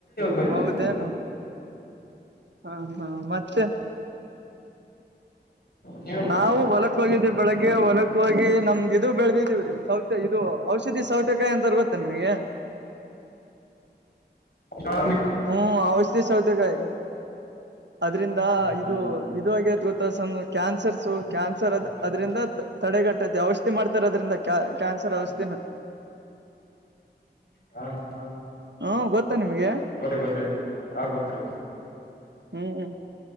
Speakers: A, on the left; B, on the right.
A: ಬಂದಿದೆ
B: ಹೌದೇನು ಹಾ ಹಾ ಮತ್ತೆ.
A: ನೀವೇನ್ ಮಾಡ್ತೀರ
B: ನಾವು ಹೊಲಕ್. ಹೋಗಿದವಿ ಬೆಳಗ್ಗೆ ಹೊಲಕ್ ಹೋಗಿ ನಮ್ದ್ ಇದು ಬೆಳದಿದೀವ್ರೀ ಸೌತೆ ಇದು ಔಷಧಿ ಸೌತೆಕಾಯಿ ಅಂತಾರ್ ಗೊತ್. ತನ್ವಿಯ.
A: ಹಾ.
B: ಹ್ಮ್ ಔಷಧಿ ಸೌತೆಕಾಯಿ ಅದ್ರಿಂದ
A: ಹಾ
B: ಇದು ಇದು ಆ ಗೊತ್ತ ಸ್ ಕ್ಯಾನ್ಸರ್ಸು ಕ್ಯಾನ್ಸರ್ ಅದ್ ಅದ್ರಿಂದ ತಡೆಗಟ್ಟೈತಿ ಔಷಧಿ ಮಾಡ್ತಾರ ಅದ್ರಿಂದ ಕ್ಯಾ ಕ್ಯಾನ್ಸರ್ ಔಷಿದಿನೆ
A: ಹಾ ಹಾ
B: ಹ್ಮ ಗೊತ್ತಾ ನಿಮ್ಗೆ
A: ಬರ್ರಿ ಬರ್ರಿ ಆಗೋತ್ರಿ
B: ಹ್ಮ್